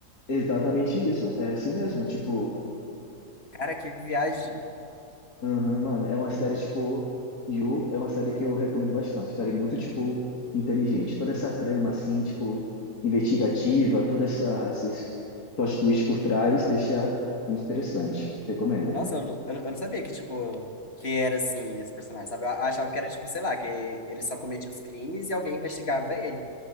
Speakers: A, on the left (about 65°); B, on the left (about 40°).
A: Exatamente isso. É assim mesmo. Tipo,
B: Cara, que viagem.
A: aham, mano, é uma série, tipo, You é uma série que eu recomendo bastante. Série muito, tipo, inteligente. Toda essa trama, assim, tipo, investigativa, toda essa esses plot twist por trás, deixa muito interessante. Recomendo.
B: Nossa, eu, não- eu, não eu não sabia que, tipo, que era assim esse personagem, sabe? Eu achava que era, tipo, sei lá, que ele só cometia os crimes e alguém investigava ele.